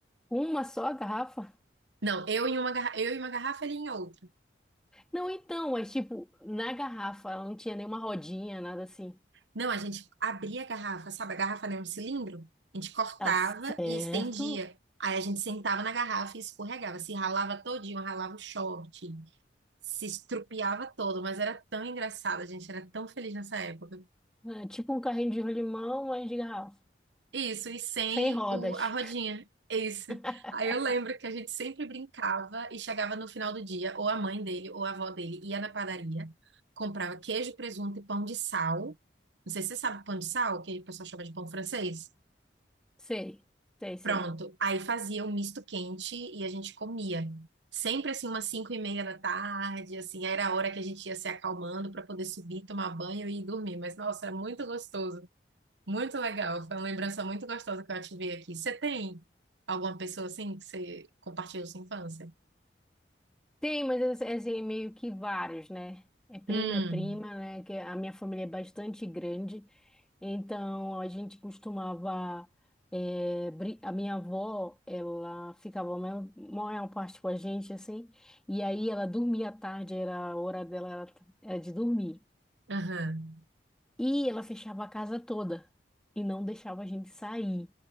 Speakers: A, in the centre; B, on the right (about 85°).
A: Uma só garrafa?
B: Não, eu em uma, garra- eu em uma garrafa, ele em outra.
A: Não, então, mas tipo, na garrafa ela não tinha nenhuma rodinha, nada assim.
B: Não, a gente abria a garrafa, sabe? A garrafa não é um cilindro. A gente cortava
A: Tá certo.
B: e estendia. Aí a gente sentava na garrafa e escorregava. Se ralava todinho, ralava o short. se estrupiava todo, mas era tão engraçado, a gente era tão feliz nessa época.
A: É tipo um carrinho de rolimão, mas de garrafa.
B: Isso, e sem
A: Sem rodas.
B: o, a rodinha. Isso.
A: <laughs>
B: Aí eu lembro que a gente sempre brincava e chegava no final do dia, ou a mãe dele, ou a avó dele ia na padaria, comprava queijo, presunto e pão de sal. Não sei se você sabe pão de sal, que o pessoal chama de pão francês.
A: Sei, sei, sei.
B: Pronto. Aí fazia o misto quente e a gente comia. Sempre assim, umas cinco e meia da tarde, assim, era a hora que a gente ia se acalmando para poder subir, tomar banho e ir dormir. Mas, nossa, era muito gostoso, muito legal. Foi uma lembrança muito gostosa que eu ativei aqui. Você tem alguma pessoa assim que você compartilhou sua infância?
A: Tem, mas é, é assim, meio que vários, né? É prima,
B: Hum,
A: é prima, né? Que a minha família é bastante grande. Então, a gente costumava. eh, brin- a minha avó, ela ficava a maior, maior parte com a gente, assim. E aí ela dormia à tarde, era a hora dela, era era de dormir.
B: aham.
A: E ela fechava a casa toda e não deixava a gente sair.